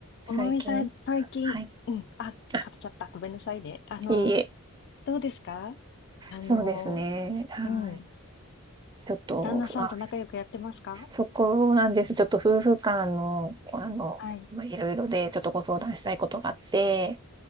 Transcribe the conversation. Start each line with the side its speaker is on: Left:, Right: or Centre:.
Left: ともみさん、
Right: 最近、
Left: 最近、
Right: はい。
Left: うん、あ、
Right: あ、
Left: かぶっちゃった。ごめんなさいね。あの、
Right: いいえ。
Left: どうですかあの、
Right: そうですね。はい。
Left: うん、
Right: ちょっと、
Left: 旦那さんと仲良くやってますか
Right: まあ、そこなんです。ちょっと夫婦間の、あの、
Left: はい。
Right: まあ、いろいろで、ちょっとご相談したいことがあって、